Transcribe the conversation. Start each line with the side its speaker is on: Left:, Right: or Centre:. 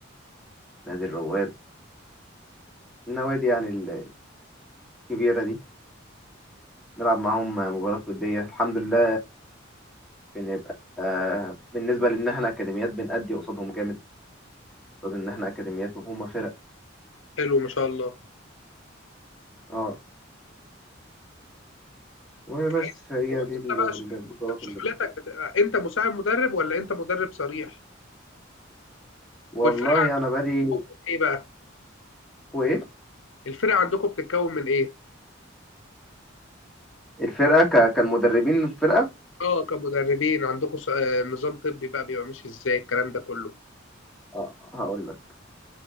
Centre: نادي الرواد النوادي يعني ال- الكبيرة دي نلعب معاهم مباراة ودية الحمد لله بنبقى آه، بالنسبة لأن احنا أكاديميات بنأدي قصادهم جامد قصاد إن احنا أكاديميات وهما فرق
Left: حلو ما شاء الله
Centre: اه وبس
Left: هيثم
Centre: هي
Left: هو انت
Centre: دي ال-
Left: بقى
Centre: ال-
Left: ش-
Centre: البطولات
Left: شغلتك
Centre: اللي
Left: بتبقى انت مساعد مدرب ولا انت مدرب صريح
Centre: والله
Left: والفرقه
Centre: أنا بقالي
Left: عندكم ايه بقى
Centre: وإيه
Left: الفرقه عندكم بتتكون من ايه
Centre: الفرقة ك- كان مدربين الفرقة
Left: اه كمدربين عندكم س- آه، نظام طبي بقى بيبقى ماشي ازاي الكلام ده كله ان
Centre: اه هقول لك